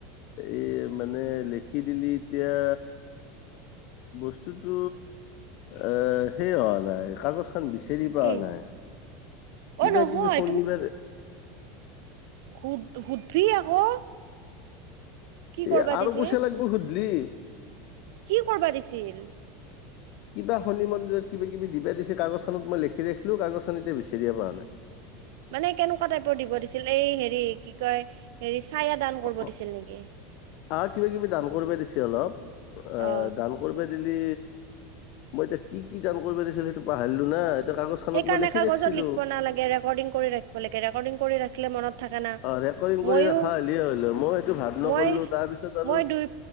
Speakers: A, on the left (about 60°); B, on the right (about 70°).
A: এই মানে লিখি দিলি এতিয়া বস্তুতো এই সেই হোৱা নাই কাগজ সেইখন বিচাৰি পোৱা
B: কি
A: নাই
B: অ
A: কিবা
B: নহয়
A: কিবি শনিবাৰে
B: খুব সুধবি আকৌ কি কৰবা
A: এহ আৰু
B: দিছে
A: পইছা লাগিব দিলি
B: কি কৰবা দিছিল?
A: কিবা শনি মন্দিৰত কিবা কিবি দিবা দিছে কাগজখনত মই লিখি ৰাখিলো কাগজখন এতিয়া বিচাৰিয়ে পোৱা নাই।
B: মানে কেনেকুৱা টাইপৰ দিব দিছিল এই হেৰি কি কয় হেৰি ছায়া দান
A: অ',
B: কৰিব দিছিল নেকি
A: আ কিবা কিবি দান কৰিব দিছে অলপ আ
B: অ
A: দান কৰিবা দিলে মই এতিয়া কি কি দান কৰিব দিছিল সেইটো পাহৰিলো না এতিয়া কাগজ খনত
B: সেই কাৰণে
A: মই লিখি
B: কাগজত
A: ৰাখিছিলো
B: লিখিব নালাগে ৰেকডিং কৰি ৰাখিব লাগে ৰেকডিং কৰি ৰা কিলে মনত থাকে না
A: অ ৰেকৰ্ডিং
B: ময়ো
A: কৰি ৰখা হ'লেই হ'ল মই সেইটো ভাব নকৰিলো
B: মই
A: তাৰপিছত আৰু
B: মই দুই